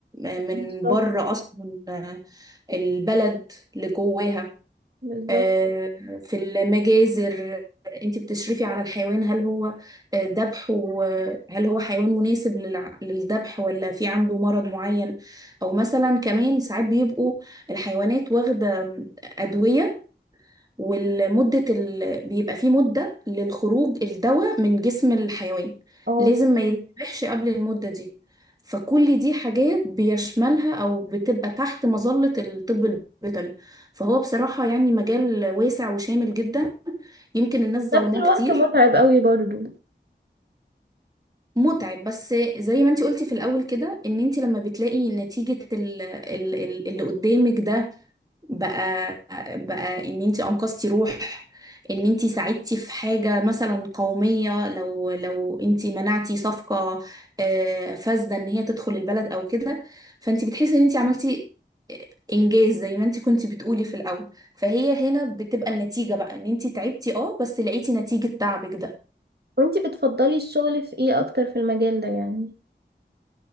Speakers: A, on the right (about 20°); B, on the right (about 60°).
A: آه، من
B: بالظبط
A: بره أصلا آه، البلد لجواها
B: بالظبط
A: آه، في المجازر انت بتشرفي على الحيوان هل هو آه، ذبح هل هو حيوان مناسب للع- للذبح ولا في عنده مرض معين او مثلا كمان ساعات بيبقوا الحيوانات واخدة أدوية والمدة ال... بيبقى فيه مدة للخروج الدواء من جسم الحيوان
B: اه
A: لازم ما يتذبحش قبل المدة دي فكل دي حاجات بيشملها أو بتبقى تحت مظلة الطب البيطري فهو بصراحة يعني مجال واسع وشامل جدا يمكن الناس ظلماه
B: نفس الوقت
A: كتير
B: متعب قوي برضو
A: متعب بس زي ما انتي قلتي في الأول كده ان انتي لما بتلاقي نتيجة ال- ال- ال- اللي قدامك ده بقى بقى ان انتي انقذتي روح ان انتي ساعدتي في حاجة مثلا قومية لو لو انتي منعتي صفقة آه، فاسدة ان هي تدخل البلد او كده فانتي بتحسي ان انتي عملتي انجاز زي ما انتي كنتي بتقولي في الاول فهي هنا بتبقى النتيجة بقى ان انتي تعبتي اه بس لقيتي نتيجة تعبك ده
B: وانتي بتفضلي الشغل في ايه أكتر في المجال ده يعني